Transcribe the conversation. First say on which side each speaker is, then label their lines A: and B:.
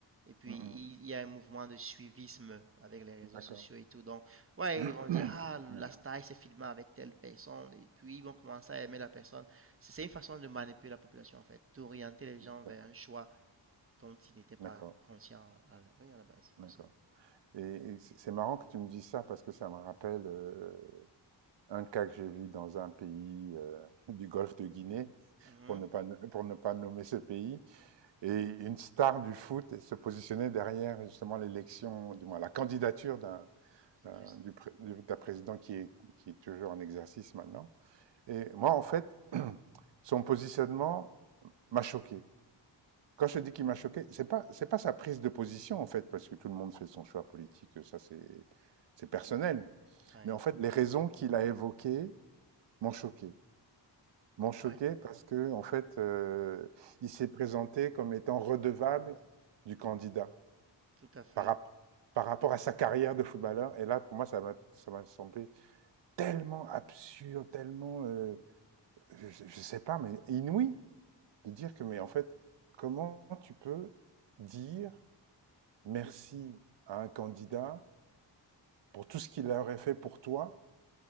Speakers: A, on the right; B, on the right.
A: Et puis,
B: Mm, mm,
A: il y a un mouvement de suivisme avec les réseaux
B: d'accord,
A: sociaux et tout. Donc, ouais,
B: <clears throat>
A: ils vont dire, ah, la
B: d'accord,
A: star, il s'est filmé avec telle personne. Et puis, ils vont commencer à aimer la personne. C'est une façon de manipuler la population, en fait, d'orienter les gens
B: d'ac-
A: vers un choix dont ils n'étaient pas
B: d'accord,
A: conscients à la, oui, à la base. C'est un
B: d'accord.
A: peu ça.
B: Et, et c'est c'est marrant que tu me dises ça parce que ça me rappelle euh, un cas que j'ai vu dans un pays euh, du Golfe de Guinée, <laughs>
A: Mhm.
B: pour ne pas, no, pour ne pas nommer ce pays, et une star du foot se positionnait derrière justement l'élection, du moins la candidature d'un
A: C'est un
B: euh,
A: présent.
B: du, d'un président qui est, qui est toujours en exercice maintenant. Et moi, en fait, son positionnement m'a choqué. Quand je dis qu'il m'a choqué, c'est pas c'est pas sa prise de position en fait, parce que tout le monde fait son choix politique, ça c'est c'est personnel.
A: Ouais,
B: Mais en fait, les raisons qu'il a évoquées m'ont choqué, m'ont choqué
A: ouais,
B: parce que en fait, euh, il s'est présenté comme étant redevable du candidat
A: tout à fait.
B: par rapport par rapport à sa carrière de footballeur. Et là, pour moi, ça m'a ça m'a semblé tellement absurde, tellement, euh, je, je sais pas, mais inouï de dire que, mais en fait, comment tu peux dire merci à un candidat pour tout ce qu'il aurait fait pour toi,